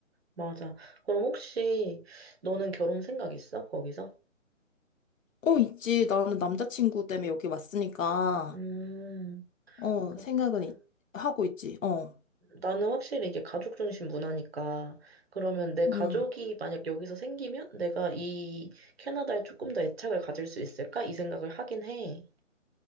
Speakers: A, on the right; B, on the left.
A: 맞아. 그럼 혹시 너는 결혼 생각 있어? 거기서?
B: 어, 있지. 나는 남자친구 때문에 여기 왔으니까.
A: 음,
B: 어,
A: 그렇구나.
B: 생각은 있- 하고 있지. 어,
A: 나는 확실히 이게 가족 중심 문화니까 그러면 내
B: 음.
A: 가족이 만약 여기서 생기면 내가 이 캐나다에 조금 더 애착을 가질 수 있을까? 이 생각을 하긴 해.